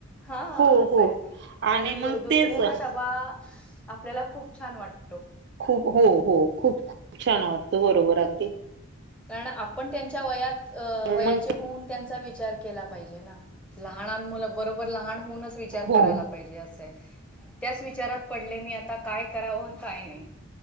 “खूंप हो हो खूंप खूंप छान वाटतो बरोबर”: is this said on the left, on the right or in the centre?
Right